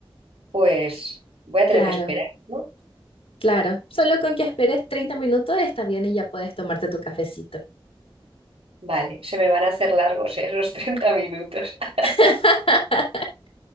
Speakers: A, on the right (about 85°); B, on the left (about 80°).
A: pues voy a tener
B: Claro,
A: que esperar, ¿no?
B: claro. Solo con que esperes 30 minutos está bien y ya puedes tomarte tu cafecito.
A: Vale, se me van a hacer largos ¿eh? <laughs> esos 30 minutos. <laughs>
B: <laughs>